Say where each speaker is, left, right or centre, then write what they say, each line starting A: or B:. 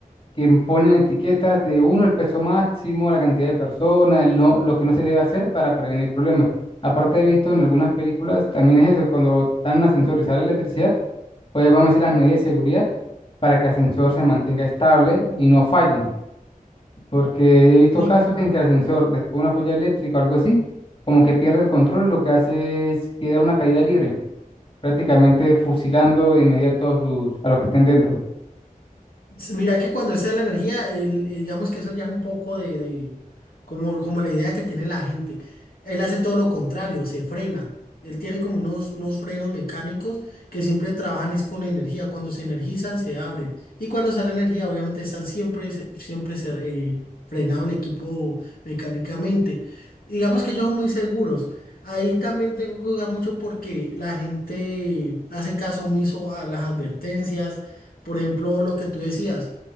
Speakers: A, on the left; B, on the left.
A: que ponen etiquetas de uno, el peso máximo, la cantidad de personas, el no- lo que no se debe hacer para prevenir problemas. Aparte he visto en algunas películas, también es eso, cuando dan un ascensor y se da la electricidad, pues vamos a decir las medidas de seguridad para que el ascensor se mantenga estable y no falle, porque he visto
B: Sí,
A: casos
B: claro.
A: en que el ascensor, después de una falla eléctrica o algo así, como que pierde el control, lo que hace es que da una caída libre, prácticamente fusilando de inmediato a, sus, a los que estén dentro.
B: S- Mira que cuando él se la energía, él, eh, digamos que eso ya es un poco de, de- como, como la idea que tiene la gente. Él hace todo lo contrario, se frena. Él tiene como unos, unos frenos mecánicos que siempre trabajan es con energía. Cuando se energizan, se abren. Y cuando sale energía, obviamente están siempre, se- siempre se- eh, frenado el equipo mecánicamente. Digamos que ellos son muy seguros. Ahí también tengo que jugar mucho porque la gente hace caso omiso a las advertencias por ejemplo, lo que tú decías,